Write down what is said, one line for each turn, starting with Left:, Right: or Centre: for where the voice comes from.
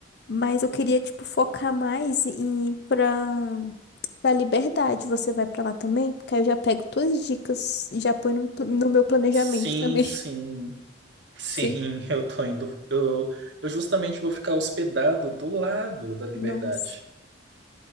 Left: Mas eu queria, tipo, focar mais em ir pra, pra Liberdade. Você vai pra lá também? Porque aí eu já pego todas as dicas e já ponho no, pl- no meu planejamento
Right: Sim,
Left: também.
Right: sim, sim,
Left: <laughs> Sim.
Right: <laughs> eu tô indo. Eu, eu justamente vou ficar hospedado do lado da Liberdade.
Left: Nossa.